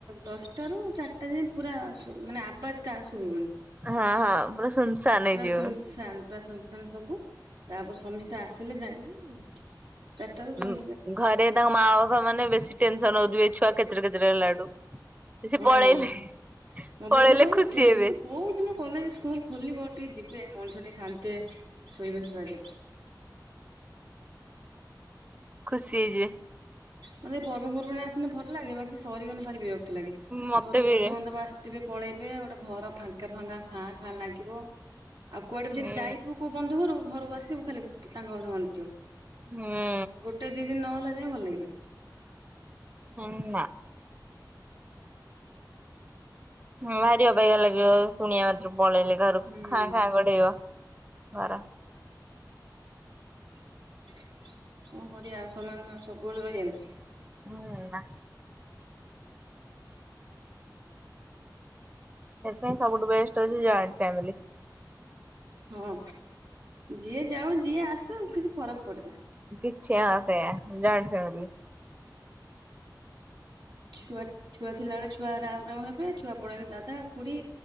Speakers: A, on the right; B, on the right.
A: ଦଶଟା ରୁ ଚାରିଟା ଯାଏଁ ପୁରା ମାନେ ଆବାଜ କା ସୁବିବନି
B: ହଁ ହଁ ପୁରା ସୁନସାନ ହେଇଯିବ।
A: ପୁରା ସୁନସାନ ପୁରା ସୁନ ସବୁ ତାପରେ ସମସ୍ତେ ଆସିଲେ ଯାଇକି ଚାରିଟାରୁ ପୁଣି
B: ଉଁ ଘରେ ତାଙ୍କ ମା ବାପା ମାନେ ବେଶୀ ଟେନସନ ହଉଥିବେ ଏ ଛୁଆ କେଚରେ କଚେ ହେଲାଠୁ। ସେ
A: ହଁ
B: ପଳେଇଲେ
A: ମୋ ବୋଉ
B: ପଳେଇଲେ
A: ତ କହିବ
B: ଖୁସି
A: କେବେ
B: ହେବେ।
A: କୋଉ ଦିନ କଲେଜ ସ୍କୁଲ ଖୋଲିବ ଟିକେ ଯିବେ ମଣିଷ ଟିକେ ଶାନ୍ତି ଶୋଇବସି ପାରିବ।
B: ଖୁସି ହେଇଯିବେ।
A: ମତେ ପର୍ବପର୍ବାଣୀ ଆସିଲେ ଭଲ ଲାଗେ ବାକି ସରଗଲେେ ଭାରି ବିରକ୍ତି ଲାଗେ
B: ମତେ
A: ଘରୁ
B: ବି
A: ବନ୍ଧୁବାନ୍ଧବ
B: ରେ
A: ଆସି ସିବେ ପଳେଇବେ ଗୋଟେ ଘର ଫାଙ୍କା ଫାଙ୍କା ଖାଁ ଖାଁ ଲାଗିବ। ଆଉ କୁଆଡେ ବି ଯଦି
B: ହୁଁ
A: ଯାଇଥିବୁ କୋଉ ବନ୍ଧୁ ଘରୁ ଘରକୁ ଆସିବୁ ଖାଲି ତାଙ୍କ କଥା ମନ ପଡିବ।
B: ହୁଁ।
A: ଗୋଟେ ଦି ଦିନ ନହେଲା ଯାଏ ଭଲ ଲାଗିବନି।
B: ହୁଁ ନା। ହୁଁ ବାରିଅବାଗିଆ ଲାଗିବ ଶୁଣିଆ ମନ୍ତ୍ର ପଳେଇଲେ ଘରକୁ
A: ହୁଁ।
B: ଖାଁ ଖାଁ ଗଡେଇବ ଘର।
A: <inaudible> କଣ କରିବା ଆଉ ସମାନେ ସବୁବେଳେ ରହିବେ ନା।
B: ହୁଁ ନା। ସେଥିପାଇଁ ସବୁଠୁ ବଷ୍ଟ ଅଛି ଜଏଣ୍ଟ ଫ୍ୟାମିଲି।
A: ହଁ ଯିଏ ଯାଉ ଯିଏ ଆସୁ କିଛି ଫରକ ପଡେନା।
B: କିଛି ସେ ଜଏଣ୍ଟ ଫ୍ୟାମିଲି।
A: ଛୁଆ ଛୁଆ ଥିଲା ବେଳେ ଛୁଆ ରାଉ ରାଉ ହେବେ ଛୁଆ ପଲେଇଲେ ଦାଦା ଖୁଡ଼ି